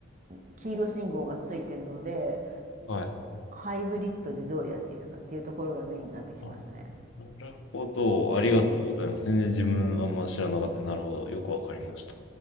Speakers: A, on the right; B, on the left.
A: う黄色信号がついてるので
B: はい。
A: ハイブリッドでどうやっていくかっていうところがメインになってきましたね。
B: あなるほど。ありがとうございます。
A: うん
B: 全然自分あんま知らなかった。なるほど。よくわかりました。